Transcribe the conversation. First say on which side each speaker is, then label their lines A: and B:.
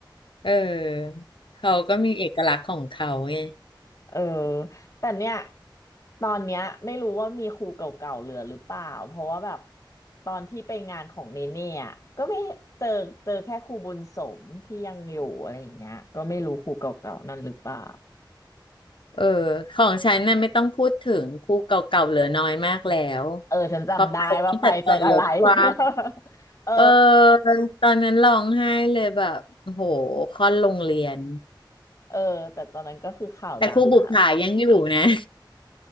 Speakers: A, on the left; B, on the left.
A: เออเขาก็มีเอกลักษณ์ของเขาไง
B: เออแต่เนี่ยตอนเนี้ยไม่รู้ว่ามีครูเก่าๆเหลือหรือเปล่าเพราะว่าแบบตอนที่ไปงานของเนเน่อะก็ไม่เจอเจอแค่ครูบุญสมที่ยังอยู่อะไรอย่างเงี้ยก็ไม่รู้ครูเก่าๆนั่นหรือเปล่า
A: เออของฉันน่ะไม่ต้องพูดถึงคู่เก่าๆเหลือน้อยมากแล้ว
B: เออฉันจำได้ว่าไปจากอะไร
A: เพราะไปตั้งแต่ตอนลดความ
B: <laughs> เออ
A: เออตอนนั้นร้องไห้เลยแบบโอ้โหค่อนโรงเรียน
B: เออแต่ตอนนั้นก็คือข่าวดังอ่ะ
A: แต่ครูบุปผายังอยู่นะ